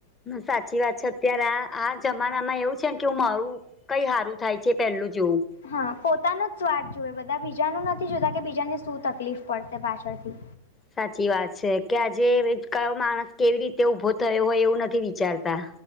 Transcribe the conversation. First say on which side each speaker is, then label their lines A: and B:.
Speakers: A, on the left (about 20°); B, on the left (about 75°).
A: સાચી વાત છે અત્યારે આ આ જમાનામાં એવું છે કે હું મારું. કઈ હારું થાય છે પેલું જોવું.
B: હા પોતાનો જ સ્વાથ જોવે બધા બીજાનું નથી જોતા કે બીજાને શું તકલીફ પડશે પાછળથી.
A: સાચી વાત છે કે આજે ક <unintelligible> યો માણસ કેવી રીતે ઊભો થયો હોય એવું નથી વિચારતા.